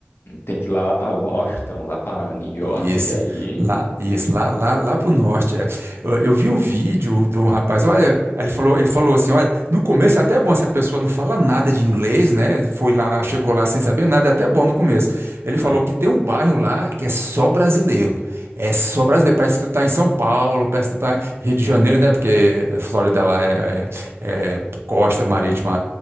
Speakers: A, on the left; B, on the right.
A: tem que ir lá, lá para Washington, lá para New York,
B: isso.
A: que aí.
B: Lá, isso, lá, lá, lá pro norte, é. Eu, eu vi um vídeo de um rapaz, olha, aí ele falou, ele falou assim, olha, no começo é até bom se a pessoa não fala nada de inglês, né? Foi lá, chegou lá sem saber nada, é até bom no começo. Ele falou
A: Ah,
B: que tem um bairro lá que é só brasileiro. É só brasileiro. Parece que tu tá em São Paulo, parece que tu tá em Rio de Janeiro, né? Porque a Flórida lá é, é- é costa marítima